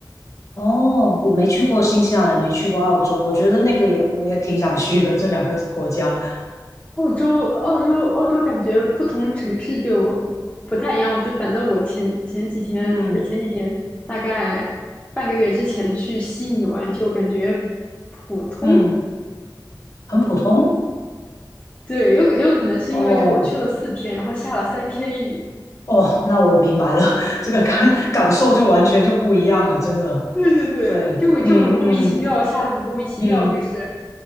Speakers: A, on the left; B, on the left.
A: 哦，我没去过新西兰，也没去过澳洲，我觉得那个也我也挺想去的，这两个国家，
B: 澳洲、澳洲、澳洲，感觉不同城市就不太一样。就反正我前前几天，
A: 嗯
B: 也不是前几天，大概半个月之前去悉尼玩，就感觉普通。
A: 嗯，很普通，
B: 对，有有可能是因为就我去了四天，
A: 哦
B: 然后下了三天雨，
A: 哦，那我明白了，<laughs> 这个感感受就完全就不一样了，真的，
B: <laughs> 对对对，
A: 对，
B: 就就很莫名其妙，
A: 嗯嗯
B: 下的很莫名其妙，
A: 嗯
B: 就是